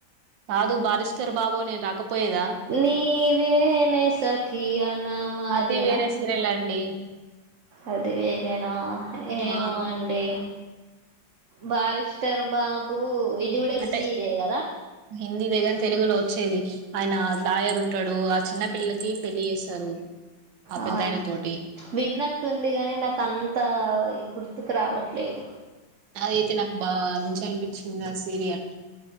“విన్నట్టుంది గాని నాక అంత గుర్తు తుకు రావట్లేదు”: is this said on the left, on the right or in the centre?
Right